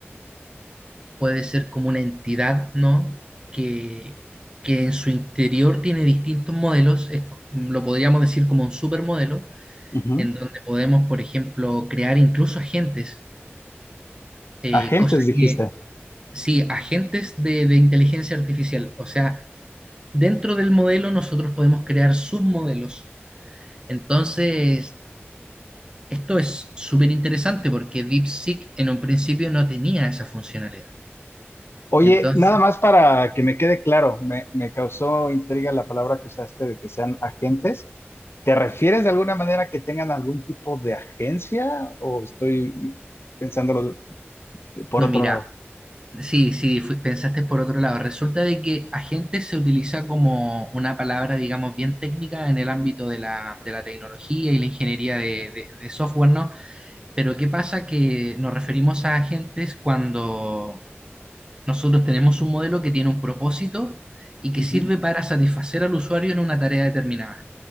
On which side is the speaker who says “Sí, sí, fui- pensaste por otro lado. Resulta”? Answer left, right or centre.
Right